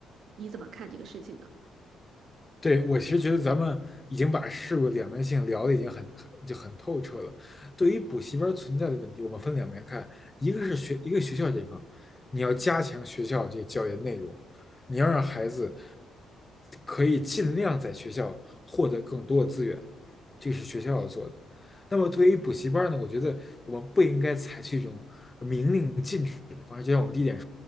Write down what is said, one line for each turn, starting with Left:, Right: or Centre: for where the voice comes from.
Right: 你怎么看这个事情呢？
Left: 对，我其实觉得咱们已经把事物两面性聊的已经很很就很透彻了。对于补习班存在的问题，我们分两面看，一个是学一个学校这方，你要加强学校这个教研内容，你要让孩子可以尽量在学校获得更多的资源，这是学校要做的。那么对于补习班呢，我觉得我们不应该采取一种明令禁止的方式，就像我们第一点